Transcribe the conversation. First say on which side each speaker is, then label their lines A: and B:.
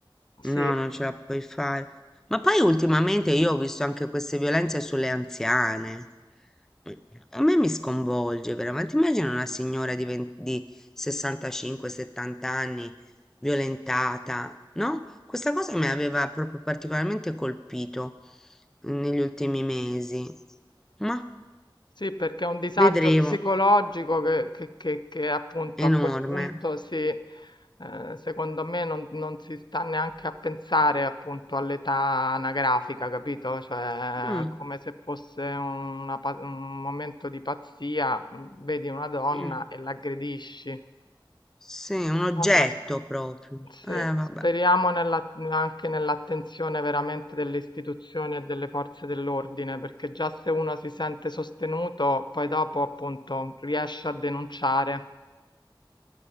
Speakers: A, on the left; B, in the centre.
A: Sì.
B: No, non ce la puoi fare. Ma poi ultimamente io ho visto anche queste violenze sulle anziane. Eh, A me mi sconvolge veramente. Immagina una signora di 20 di 65-70 anni violentata, no? Questa cosa mi aveva proprio particolarmente colpito negli ultimi mesi. Ma
A: Sì, perché è un disagio
B: vedremo,
A: psicologico che, che- che- che appunto
B: enorme.
A: a quel punto si, eh, secondo me non, non si sta neanche a pensare appunto all'età anagrafica, capito? Cioè,
B: Mm,
A: è come se fosse una pa- un momento di pazzia, mm, vedi una donna
B: mm,
A: e l'aggredisci.
B: Sì, un oggetto
A: Vabbè.
B: proprio.
A: Sì,
B: Eh, vabbè.
A: speriamo nella anche nell'attenzione veramente delle istituzioni e delle forze dell'ordine, perché già se uno si sente sostenuto, poi dopo appunto riesce a denunciare.